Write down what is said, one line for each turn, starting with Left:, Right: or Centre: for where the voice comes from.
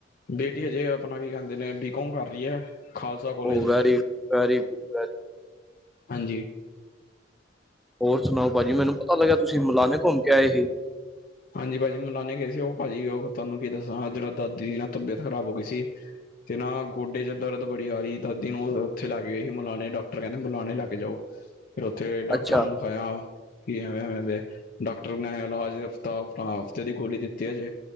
Left: ਬੇਟੀ ਅਜੇ, ਅਪਨਾ ਕੀ ਕੈਂਦੇ ਨੇ ਬੀਕੋਮ ਕਰ ਰੀ ਏ, ਖਾਲਸਾ ਕੋਲੇਜ
Centre: ਉਹ ਵੈਰੀ
Left: ਚ।
Centre: ਵੈਰੀ ਗੁੱਡ ਵੈਰੀ
Left: ਹਾਂਜੀ
Centre: ਔਰ ਸੁਣਾਓ ਭਾਜੀ ਮੈਨੂੰ ਪਤਾ ਲੱਗਿਆ ਤੁਸੀਂ ਮੌਲਾਨੇ ਘੁੰਮ ਕੇ ਆਏ ਸੀ।
Left: ਹਾਂਜੀ ਭਾਅਜੀ ਮਲਾਨੇ ਗਏ ਸੀ ਉਹ ਭਾਜੀ ਉਹ ਤੁਹਾਨੂੰ ਕੀ ਦੱਸਾਂ ਜਰਾ ਦਾਦੀ ਦੀ ਨਾ ਤਬੀਅਤ ਖ਼ਰਾਬ ਹੋ ਗਈ ਸੀ। ਤੇ ਨਾ ਗੋਡੇ ਚ ਦਰਦ ਬੜੀ ਆ ਰਹੀ ਦਾਦੀ ਨੂੰ ਉੱਥੇ ਲੈ ਕੇ ਗਏ ਸੀ ਮੁਲਾਣੇ ਡਾਕਟਰ ਕਹਿੰਦੇ ਮੁਲਾਣੇ ਲੈ ਕੇ ਜਾਓ। ਫੇਰ ਉੱਥੇ ਡਾਕਟਰਾਂ
Centre: ਅੱਛਾ
Left: ਨੂੰ ਦਿਖਾਇਆ ਕਿ ਐਵੇਂ-ਐਵੇਂ ਦੇ ਡਾਕਟਰ ਨੇ ਇਲਾਜ ਤਾਂ ਆਪਾਂ ਹਫ਼ਤੇ ਦੀ ਗੋਲੀ ਦਿੱਤੀ ਅਜੇ